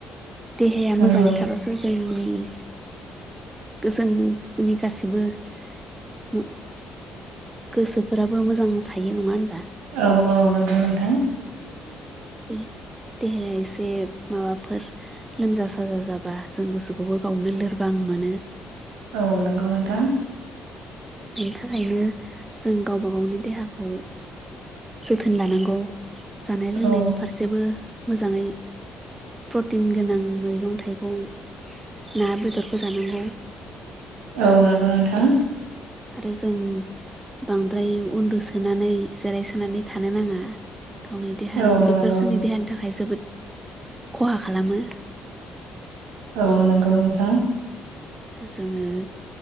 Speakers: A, on the right; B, on the right.
A: देहाया
B: नंगौ
A: मोजाङै थाबासो जों उम गोजनि गाससिबो उम गोसोफोराबो मोजां थायो नङा होन
B: औ औ नंगौ नोंथां।
A: देह-देहाया एसे माबाफोर लोमजा साजा जाबा जों गोसोखौबो गावनो लोरबां मोनो
B: औ नंगौ नोंथां।
A: बेनि थाखायनो जों गावबा गावनि देहाखौ जोथोन लानांगौ जानाय लोंनायनि
B: औ
A: फारसेबो मोजाङै प्रटिन गोनां मैगं थाइगं ना बेदरखौ जानांगौ
B: औ नंगौ नोंथां
A: आरो जों बांद्राय उन्दुसोनानै जिराय सोनानै थानो नाङा गावनि देहानि
B: औ
A: बेफोर
B: नंगौ
A: जोंनि देहानि थाखाय जोबोद खहा खालामो
B: औ नंगौ नोंथां।
A: जोङो